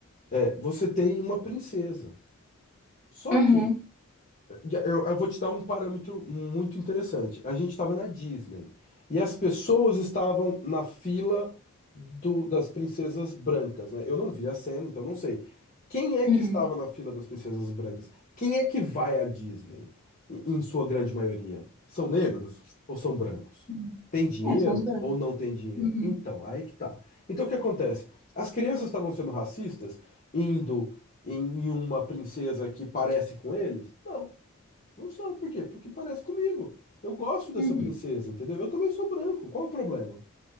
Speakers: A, on the left (about 35°); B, in the centre.
A: É, você tem uma princesa. Só
B: Uhum,
A: que e Eu, eu vou te dar um parâmetro muito interessante. A gente estava na Disney e as pessoas estavam na fila do- das princesas brancas, né? Eu não vi a cena, então não sei. Quem é
B: uhum.
A: que estava na fila das princesas brancas? Quem é que vai à Disney, em em sua grande maioria? São negros ou são brancos?
B: uhum.
A: Tem dinheiro
B: É, são os brancos.
A: ou não tem dinheiro?
B: Uhum,
A: Então, aí que tá. Então, o que acontece? As crianças estavam sendo racistas indo em em uma princesa que parece com eles? Não. Não são, por quê? Porque parece comigo. Eu gosto dessa
B: uhum,
A: princesa, entendeu? Eu também sou branco, qual o problema?